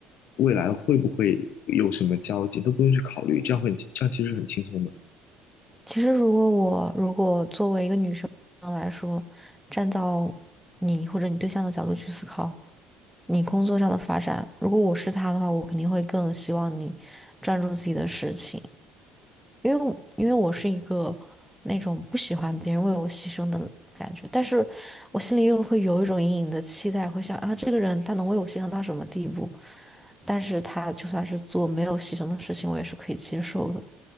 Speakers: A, on the left; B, in the centre.
A: 未来会不会有什么交集，都不用去考虑，这样会很这样其实是很轻松的。
B: 其实如果我如果作为一个女生来说，站到你或者你对象的角度去思考，你工作上的发展，如果我是他的话，我肯定会更希望你专注自己的事情，因为我因为我是一个那种不喜欢别人为我牺牲的感觉，但是我心里又会有一种隐隐的期待，会想啊，这个人他能为我牺牲到什么地步？但是他就算是做没有牺牲的事情，我也是可以接受的。